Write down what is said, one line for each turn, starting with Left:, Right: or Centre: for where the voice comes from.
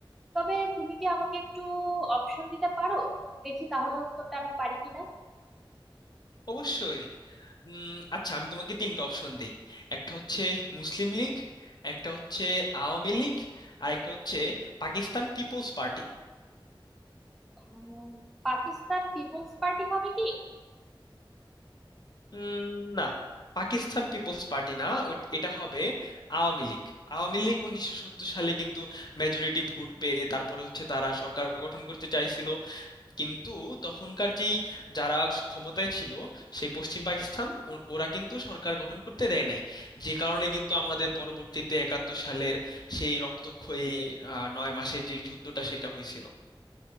Centre: তবে তুমি কি আমাকে একটু অপশন দিতে পারো দেখি তাহলে উত্তরটা আমি পারি কিনা
Left: অবশ্যই উম, আচ্ছা আমি তোমাকে তিনটা অপশন দিই একটা হচ্ছে মুসলিম লীগ একটা হচ্ছে আওয়ামী লীগ আর একটা হচ্ছে পাকিস্তান পিপলস পার্টি
Centre: উম, পাকিস্তান পিপলস পার্টি হবে কি
Left: উম, না পাকিস্তান পিপলস পার্টি না ওই- এটা হবে আওয়ামী লীগ আওয়ামী লীগ উনিশশো সত্তর সালে কিন্তু মেজরিটি ভোট পেয়ে তারপরে হচ্ছে তারা সরকার গঠন করতে চাইছিল কিন্তু তখনকার যেই যারা ক্ষমতায় ছিল সেই পশ্চিম পাকিস্তান ও- ওরা কিন্তু সরকার গঠন করতে দেয় নাই যে কারণে কিন্তু আমাদের পরবর্তীতে একাত্তর সালের সেই রক্তক্ষয়ী আহ, নয় মাসের যে যুদ্ধটা সেটা হয়েছিল